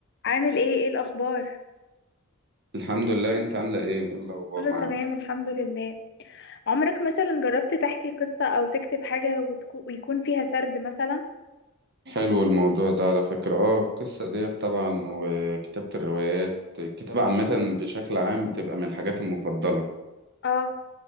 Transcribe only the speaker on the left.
عامل ايه ايه الاخبار
كله
تمام الحمد لله عمرك مثلا جربت تحكي قصة او تكتب حاجة وتكو- ويكون فيها سرد مثلا
اه